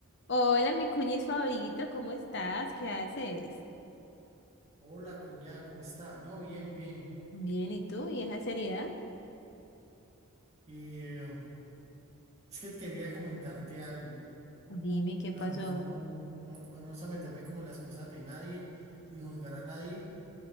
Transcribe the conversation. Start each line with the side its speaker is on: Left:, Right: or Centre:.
Left: Hola, mi cuñis favorito, ¿cómo estás? ¿Qué haces?
Right: Hola, cuñada, ¿cómo está? No, bien, bien.
Left: Bien, ¿y tú? ¿Y esa seriedad?
Right: Eh, es que quería comentarte algo.
Left: Dime qué
Right: La
Left: pasó.
Right: verdad, no, no, no me gusta meterme como en las cosas de nadie, ni juzgar a nadie.